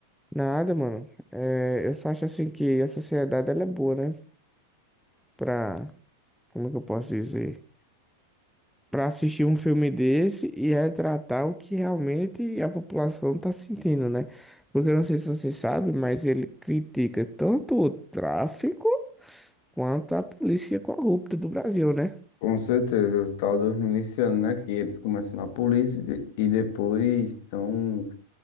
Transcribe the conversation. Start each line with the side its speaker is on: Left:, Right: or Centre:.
Centre: nada, mano. É, eu só acho assim que a sociedade ela é boa, né? Pra, como é que eu posso dizer? Pra assistir um filme desse e retratar o que realmente a população tá sentindo, né? Porque eu não sei se você sabe, mas ele critica tanto o tráfico quanto a polícia corrupta do Brasil, né?
Left: Com certeza, o tal dos milicianos, né? Que eles começam na polícia e de- e depois estão